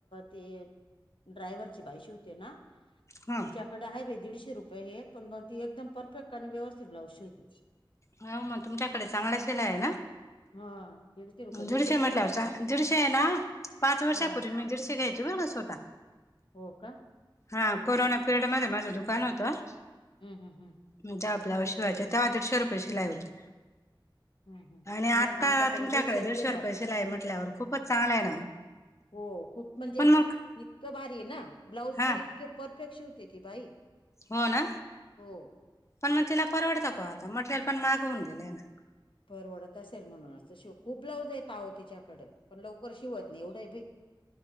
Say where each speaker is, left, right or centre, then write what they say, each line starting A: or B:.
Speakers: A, on the left; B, on the left.
A: ते ड्रायव्हरची बाई शिवते ना
B: ह
A: तिच्या आहे बा दीडशे रुपये हे पण मग ती एकदम परफेक्ट आणि व्यवस्थित ब्लाउज शिवते.
B: हां मग तुमच्याकडे चांगला शिलाया आहे ना.
A: हा दीडशे रुपये घेते
B: दीडशे म्हटल्यावर
A: ती
B: दीडशे आहे ना पाच वर्षापूर्वी
A: हा.
B: मी दीडशे घ्यायचे बर स्वतः
A: हो का?
B: हा कोरोना पिरियड मध्ये माझं दुकान होतं.
A: हम् हम् हम
B: म ते आपल्याकडं शिवायच्या तेव्हा दीडशे रुपये शिलाई होती.
A: हम्म हम्म.
B: आणि आता
A: नाही आमच्याकडे
B: तुमच्याकडे
A: दीडशेच
B: दीडशे
A: घेतात
B: रुपये शिलाई म्हटल्यावर खूपचं चांगला आहे ना
A: हो खूप म्हणजे
B: पण मग
A: इतकं भारी आहे ना ब्लाऊज
B: हा
A: पण इतके परफेक्ट शिवते ती बाई
B: हो ना
A: हो.
B: पण मग तिला परवडतं का आता मटेरियल पण मागवून गेले ना.
A: परवडत असेल म्हणून असं शिव खूप ब्लाउज येत आहो तिच्याकडे पण लवकर शिवत नाही एवढं आहे बई